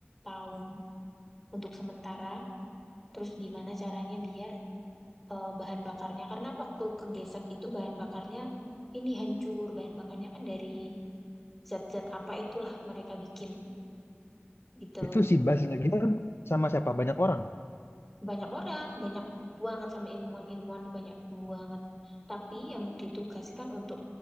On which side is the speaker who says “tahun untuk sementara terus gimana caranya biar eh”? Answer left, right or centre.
Centre